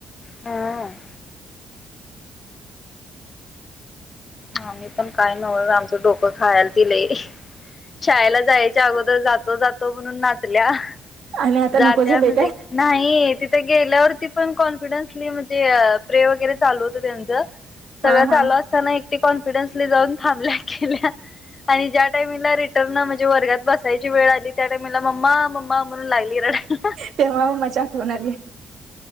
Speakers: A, on the left (about 35°); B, on the right (about 70°).
A: हम ह मी पण काय नव्हत आमचं डोकं खायल ति लरी शाळेला जायच्या अगोदर जात तो जातो म्हणून नाचल्या
B: आणि आता
A: जात्या
B: नको झाले
A: म्हणजे
B: काय
A: नाही तिथं गेल्यावर ती पण कॉन्फिडन्सली म्हणजे प्रे वगैरे चालू होतं त्यांचं सगळं
B: हा
A: चालू
B: हा
A: असताना एक ते कॉन्फिडन्सली जाऊन थांबल्या केल्या आणि ज्या टायमिंगला रिटर्न म्हणजे वर्गात जाऊन बसायची वेळ आली त्या टायमिंगला मम्मा मम्मा म्ह णून लागली रडायला,
B: तेव्हा माझी आठवण आली